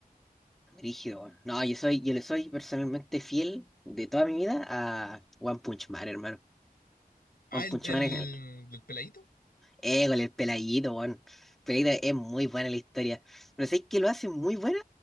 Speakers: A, in the centre; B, on the left.
A: Rígido, weón. No, yo soy, yo le soy personalmente fiel de toda mi vida a One Punch Man, hermano.
B: Ah,
A: One
B: el
A: Punch
B: del
A: Man es el,
B: del peladito.
A: eh, el peladito, weón. Peladito es muy buena la historia. Pero ¿sabes qué lo hace muy buena?